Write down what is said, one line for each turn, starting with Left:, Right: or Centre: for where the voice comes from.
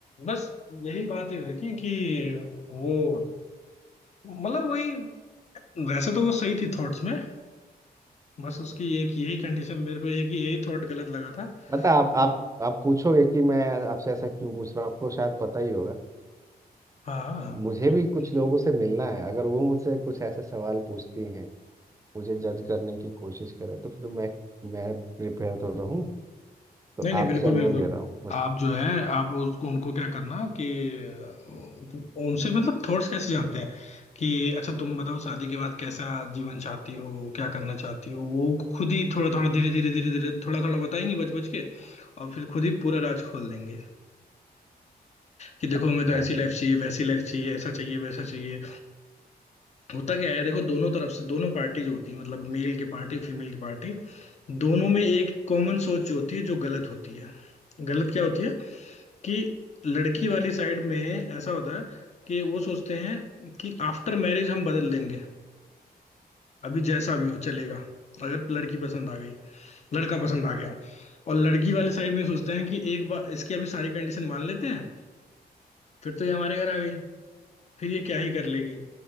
Left: बस यही बातें हुई थी कि वो मतलब वही वैसे तो वो सही थी थॉट्स में बस उसकी एक यही कंडीशन मेरे को एक ही यही थॉट गलत लगा था
Right: पता
Left: कि
Right: आप आप आप पूछोगे कि मैं आपसे ऐसा क्यों पूछ रहा हूँ आपको शायद पता ही होगा
Left: हाँ हाँ, okay,
Right: मुझे भी कुछ लोगों से मिलना है अगर वो मुझसे कुछ ऐसे सवाल पूछती हैं मुझे जज करने की कोशिश करे तो फिर मैं मैं प्रिपेयर तो रहूँ तो
Left: नहीं नहीं
Right: आपसे
Left: बिल्कुल
Right: अनुभव
Left: बिल्कुल
Right: ले रहा हूँ बत-
Left: आप जो है आप उसको उनको क्या करना कि अ, उनसे मतलब थॉट्स कैसे जानते हैं कि अच्छा तुम बताओ शादी के बाद कैसा जीवन चाहती हो क्या करना चाहती हो वो खुद ही थोड़ा थोड़ा धीरे धीरे धीरे धीरे थोड़ा थोड़ा बताएंगे बच बच के और फिर खुद ही पूरा राज खोल देंगे कि देखो
Right: अच्छा
Left: हमें तो ऐसी लाइफ चाहिए वैसी लाइफ चाहिए ऐसा चाहिए वैसा चाहिए होता क्या है देखो दोनों तरफ से दोनों पार्टी जो होती है मतलब मेल की पार्टी और फीमेल की पार्टी दोनों में एक कॉमन सोच जो होती है जो गलत होती है गलत क्या होती है कि लड़की वाली साइड में ऐसा होता है कि वो सोचते हैं कि आफ्टर मैरिज हम बदल देंगे अभी जैसा भी हो चलेगा अगर लड़की पसंद आ गई लड़का पसंद आ गया और लड़की वाले साइड में सोचते हैं कि एक बार इसकी अभी सारी कंडीशन मान लेते हैं फिर तो ये हमारे घर आ गई फिर ये क्या ही कर लेगी